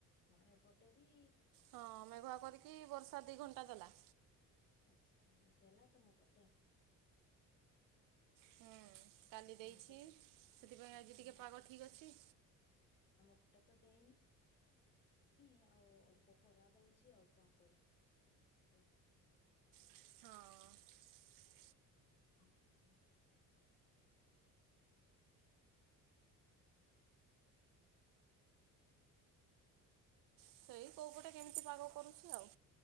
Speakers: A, on the left (about 35°); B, on the right (about 85°).
A: ହଁ ଏପଟେ ବି
B: ହଁ ମେଘୁଆ କରିକି ବର୍ଷା ଦି ଘଣ୍ଟା ଦେଲା।
A: ଆଛା ଦେଲା ତୁମ ପଟେ
B: ହୁଁ। କାଲି ଦେଇଛି
A: ଆମ ପଟ
B: ସେଥିପାଇଁ
A: ଆଚ୍ଛା
B: ଆଜି ଟିକେ ପାଗ ଠିକ୍ ଅଛି।
A: ଏଥେ ତ ଦେଇନି। ଆଉ ଅଳ୍ପ ଖରା ଦଉଛି ଆଉ କଣ କରିବ ବା।
B: ହଁ।
A: ହୁଁ।
B: ସେଇ କୋଉ ପଟେ କେମିତି ପାଗ କରୁଛି ଆଉ।